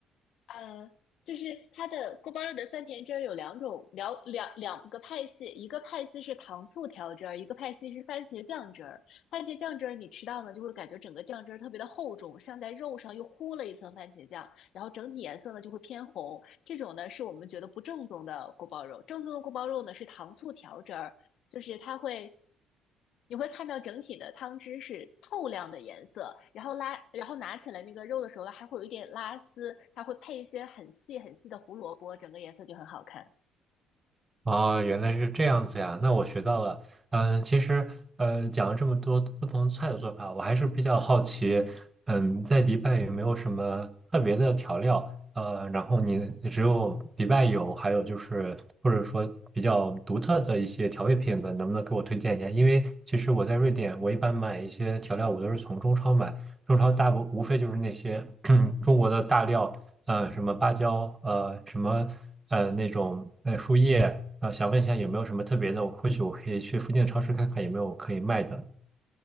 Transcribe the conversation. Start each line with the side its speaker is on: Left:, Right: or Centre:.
Left: 呃，就是它的锅包肉的酸甜汁儿有两种，两两两个派系，一个派系是糖醋调汁儿，一个派系是番茄酱汁儿。番茄酱汁儿你吃到呢，就会感觉整个酱汁儿特别的厚重，像在肉上又糊了一层番茄酱，然后整体颜色呢就会偏红。这种呢是我们觉得不正宗的锅包肉，正宗的锅包肉呢是糖醋调汁儿，就是它会，你会看到整体的汤汁是透亮的颜色，然后拉，然后拿起来那个肉的时候呢，它还会有一点拉丝，它会配一些很细很细的胡萝卜，整个颜色就很好看。
Right: 哦，原来是这样子呀，那我学到了。嗯，其实呃，讲了这么多不同菜的做法，我还是比较好奇，嗯，在迪拜有没有什么特别的调料？呃，然后你你只有迪拜有，还有就是或者说比较独特的一些调味品的，能不能给我推荐一下？因为其实我在瑞典，我一般买一些调料，我都是从中超买，中超大部无非就是那些 <clears throat> 中国的大料。呃什么芭蕉，呃什么呃那种呃树叶，呃想问一下有没有什么特别的，或许我可以去附近的超市看看有没有可以卖的。